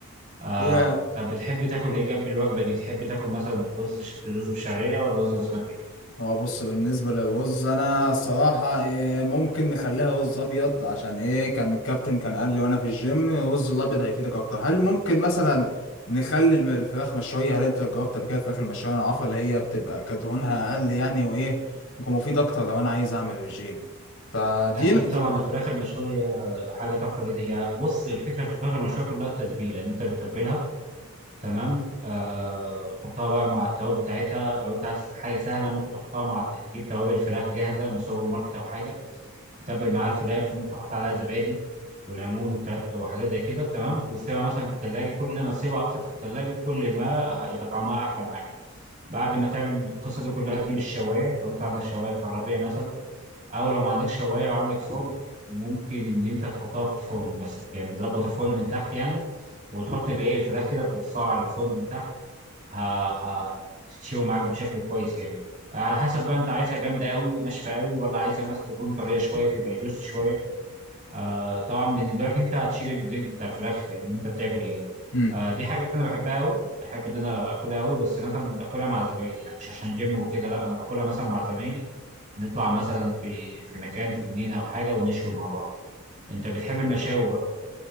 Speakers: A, on the right; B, on the left.
A: آه
B: هي
A: طب بتحب تاكل ايه جنب الوجبه دي تحب تاكل مثلا رز ش- رز بشعريه ولا رز بسمتي
B: هو بص بالنسبة للرز أنا الصراحة إيه، ممكن نخليها رز أبيض عشان إيه كان الكابتن كان قال لي وأنا في الجيم الرز الأبيض هيفيدك أكتر هل ممكن مثلا نخلي الم- الفراخ مشوية هل أنت جربت قبل كده الفراخ المشوية أنا عارفة اللي هي بتبقى كدهونها أقل يعني وإيه ممكن مفيد أكتر لو أنا عايز أعمل رجيم فدي
A: اكيد
B: دي
A: طبعا الفراخ المشويه حاجه تحفه جدا يا بص الفكره في الفراخ المشويه كلها التتبيله انت بتتبلها تمام آه تحطها بقى مع التوابل بتاعتها لو انت عايز حاجه سهله ممكن تحطها مع تجيب توابل فراخ جاهزه من السوبر ماركت او حاجه تتبل معاها الفراخ وممكن تحط عليها زبادي وليمون وكلا- وحاجات زي كده تمام وتسيبها مثلا في التلاجة كل ما تسيبها اكتر في التلاجة كل ما هيبقى طعمها احلى معاك بعد ما تعمل القصه دي كلها تجيب الشوايه لو انت عندك شوايه كهربيه مثلا او لو ما عندكش شوايه وعندك فرن ممكن ان انت تحطها في الفرن بس يعني تظبط الفرن من تحت يعني وتحط الايه الفراخ كده ترصها على الفرن من تحت ه- ه- هتتشوي معاك بشكل كويس يعني على حسب بقى انت عايزها جامده قوي ناشفه قوي ولا عايزها مثلا تكون طريه شويه تبقى جوسي شويه آه طبعا بالنسبه لك انت هتشيل الجلد بتاع الفراخ يعني وانت بتاكل يعني
B: مم.
A: آه دي حاجه انا بحبها قوي بحب ان انا اكلها قوي بس مثلا اكلها مع زمايلي يعني مش عشان جيم وكده لا انا باكلها مثلا مع زمايلي نطلع مثلا في في مكان في جنينه او حاجه ونشوي مع بعض انت بتحب المشاوي بقى